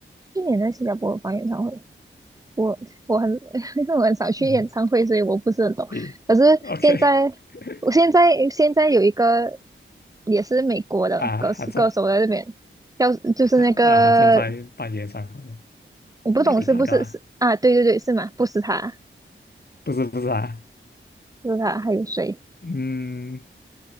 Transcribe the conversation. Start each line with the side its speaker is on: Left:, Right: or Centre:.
Right: 去年在新加坡办演唱会，我我很 <laughs> 因为我很少去演唱会，
Left: 嗯，
Right: 所以我不是很懂。
Left: 你
Right: 可是现在，
Left: OK <laughs>
Right: 我现在现在有一个也是美国的歌手歌手在这边，
Left: 啊？还正
Right: 叫就是那个
Left: 她啊，她正在办演唱会
Right: 我不懂是不是是啊？
Left: ，Lady Gaga
Right: 对对对，是吗？不是他，
Left: 不是不是啊，
Right: 不是他，还有谁？
Left: 嗯，